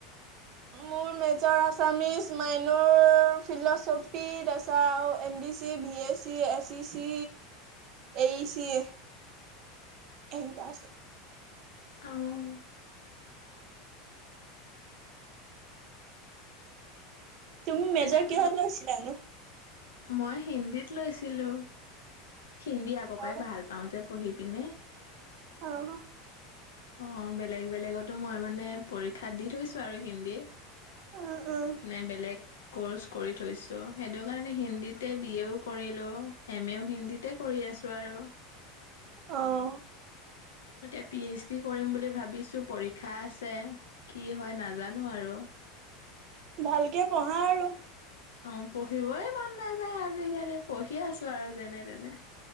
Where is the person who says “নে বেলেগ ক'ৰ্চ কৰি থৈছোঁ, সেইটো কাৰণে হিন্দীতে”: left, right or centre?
Left